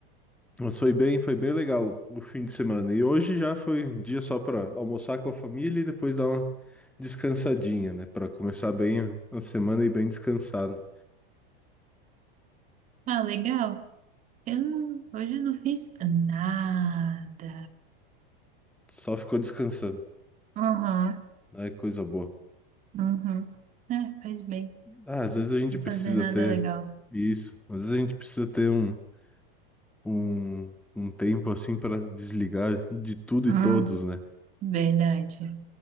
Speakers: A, in the centre; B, on the right (about 25°).
A: Mas foi bem, foi bem legal o fim de semana. E hoje já foi um dia só para almoçar com a família e depois dar uma descansadinha, né? Para começar bem a a semana e bem descansado.
B: Ah, legal. Eu não, hoje eu não fiz nada.
A: Só ficou descansando.
B: Uhum.
A: É coisa boa.
B: Uhum. É, faz bem.
A: Ah, às vezes a gente
B: Não
A: precisa
B: fazer nada
A: ter
B: é legal.
A: isso. Às vezes a gente precisa ter um um, um tempo assim para desligar de tudo
B: Hum.
A: e todos, né?
B: Verdade.